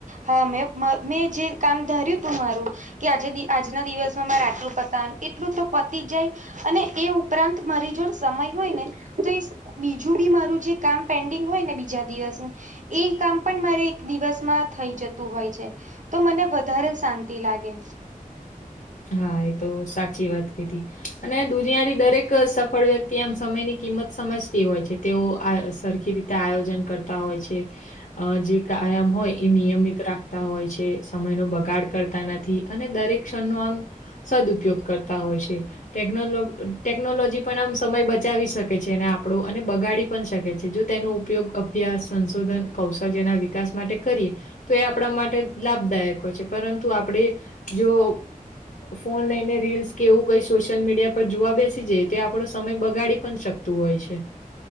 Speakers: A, on the right; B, on the left.
A: હા મેં મેં જે કામ ધર્યું તું મારું કે આજે દિ આજના દિવસમાં મારા આટલું પતાવાનું એટલું તો પતી જાય અને એ ઉપરાંત મારી જોડ સમય હોય ને તો એ બીજું બી મારું જે કામ પેન્ડિંગ હોય ને બીજા દિવસનું એ કામ પણ મારે એક દિવસમાં થઈ જતું હોય છે. તો મને વધારે શાંતિ લાગે.
B: હા, એ તો સાચી વાત કીધી અને દુનિયાની દરેક સફળ વ્યક્તિ આમ સમયની કિંમત સમજ. તી હોય છે, તેઓ આ સરખી રીતે આયોજન કરતા હોય છે. અ જે કાયમ હોય એ નિયમિત રાખતા હોય છે, સમયનો બગાડ કરતા નથી. અને દરેક ક્ષણનો આમ સદઉપયોગ કરતા હોય છે. ટેકનો ટેકનોલોજી પણ આમ સમય બચાવી શકે છે ને આપણો અને બગાડી. પણ શકે છે જો તેનો ઉપયોગ અભ્યાસ, સંશોધન, કૌશલ્યના વિકાસ માટે કરીએ તો. તો એ આપણા માટે લાભદાયક હોય છે, પરંતુ આપણે જો. ફોન લઈને રીલ્સ કે એવું કઈ સોશિયલ મીડિયા પર જોવા બેસી જાય તે આપણો સમય બગાડી પણ શક તો હોય છે.